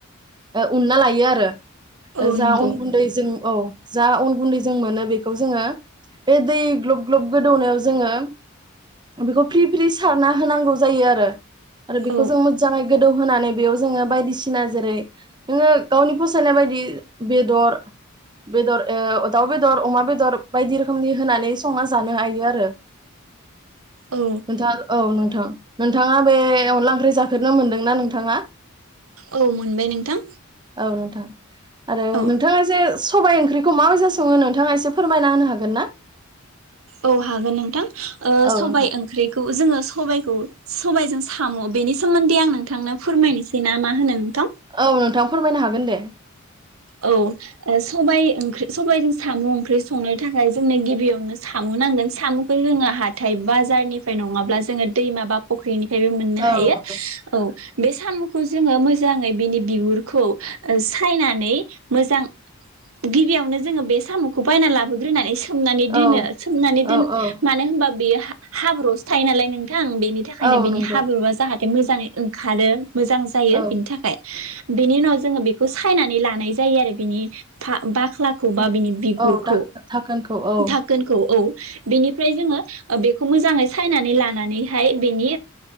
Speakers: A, on the right (about 20°); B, on the right (about 75°).
A: ओ उनना लायो आरो। ओ
B: औ
A: जा
B: नंगौ
A: उन गुनदै थिं औ जा अन गुन्दै जों मोनो बेखौ जोंङो बे दै ग्लब-ग्लब गोदौनायाव जोंङो बेखौ फ्रि फ्रि सारना होनांगौ जायो आरो। आरो बेखौ
B: औ
A: जों मोजांङै गोदौ होनोनानै बेयाव जोंङो बायदिसिना जेरै नोंङो गावनि फसायनाय बायदि बेदर बेदर ओ दाउ बेदर अमा बेदर बायदि रोखोमनि होनानै संना जानो हायो आरो।
B: औ
A: नोंथाङा औ नोंथां। नोंथाङा बे अनला ओंख्रि जाफेरनो मोनदोंना नोंथाङा?
B: औ मोनबाय नोंथां
A: औ नोंथां आरो
B: औ
A: नोंथाङा जे सबाइ ओंख्रिखौ माबायसा संङो नोंथाङा एसे फोरमायना होनो हागोन ना?
B: औ हागोन नोंथां। ओ
A: औ
B: सबाय
A: नोंथां
B: ओंख्रिखौ जोंङो सबाइखौ सबबायजों साम बेनि सोमोन्दै आं नोंथांनो फोरमायनोसै ना मा होनो नोंथां।
A: औ नोंथां फोरमायनो हागोन दे।
B: औ ओ सबाय ओंख्रि सबायजों साम ओंख्रि संनो थाखाय जोंनो गिबियावनो सामु नांगोन सामुखौ जोंङो हाथाय बाजारनिफ्राय नंङाब्ला जोंङो दैमा बा फख्रिनि फायबो मोननो
A: औ
B: हायो
A: नंगौ
B: औ बे सामुखौ जोंङो मोजांङै बिनि बिगुरखौ ओ जो सायनानै मोजां गिबियावनो जोंङो बे सामुखौ बायनानै लाबोग्रोनानै सो सोमनानै दोनो
A: औ
B: सोमनानै दोन
A: औ औ
B: मानो होनबा बेयो हा हा-हाब्रुआवसो थायो नालाय नों आं बेनि थाखायनो
A: औ
B: बिनि
A: नंगौ
B: हाब्रुआ जाहाथे मोजाङै ओंखारो मोजां जायो
A: औ
B: बिनि थाखाय बेनि उनाव जोङो बे खौ सायनानै लानाय जायो आरो बिनि भा बा ख्लाखौ
A: औ
B: बा बिनि बिगुरखौ
A: दा- धाखोनखौ औ
B: धाकोनखौ औ बेखौ मोजाङै सायनानै लानानैहाय बेनि